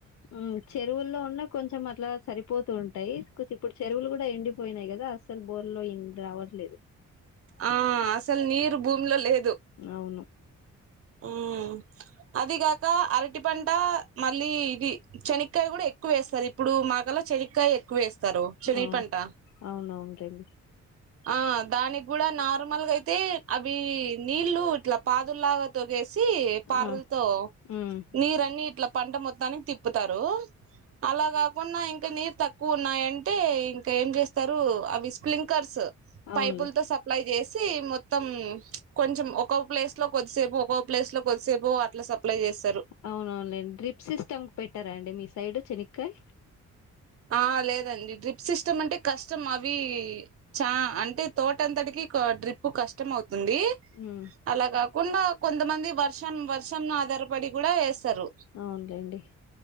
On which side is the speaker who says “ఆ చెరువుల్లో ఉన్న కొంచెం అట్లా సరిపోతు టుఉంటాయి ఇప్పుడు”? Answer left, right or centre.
Left